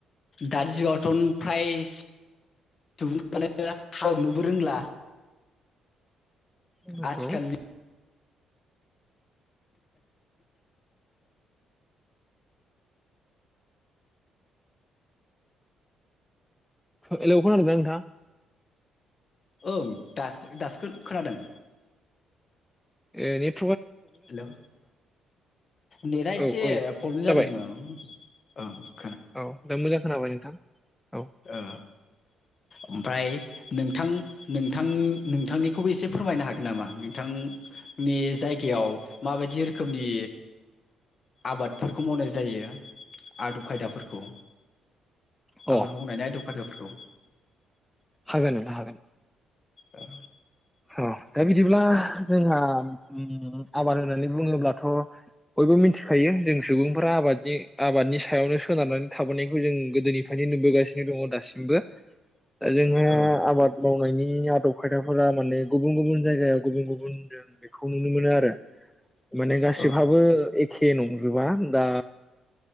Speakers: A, on the left (about 45°); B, in the centre.
A: दानि जुगावथ' फ्राय सुबुंफ्रानो हालोवनोबो रोंला
B: नंगौ।
A: आथिखालनि
B: हेल' खोनादों ना नोंथां?
A: ओं दासो दासो खोनादों।
B: ए निथ
A: हेलौ नेटआ एसे
B: औ औ
A: प्रब्लेम जादों
B: जाबाय
A: ओं औ
B: औ दा मोजां खोनाबाय नोंथां औ
A: ओ उम फ्राय नोंथां नोंथां नोंथांनिखौबो एसे फोरमायनो हागोन नामा नोंथां? नि जायगायाव माबायदि रोखोमनि आबादफोरखौ मावनाय जायो आदब खायदाफोरखौ
B: अ
A: आबाद मावनायनि आइदब खायदाफोरखौ
B: हागोन नोंथां हागोन
A: औ
B: औ दा बिदिब्ला जोंहा उम आबाद होननानै बुङोब्लाथ बयबो मिथि खायो जों सुबुंफोरा आबादनि आबादनि सायावनो सोनारनानै थाबोनायखौ जों गोदोनिफ्रायनो नुबोगासिनो दङ दासिमबो दा जोंहा
A: औ
B: आबाद मावनायनि आदब खायदाफोरा माने गुबुन गुबुन जायगायाव गुबुन गुबुन जों बेखौ नुनो मोनो आरो। माने गासिबहाबो
A: औ
B: एखे नंजोबा दा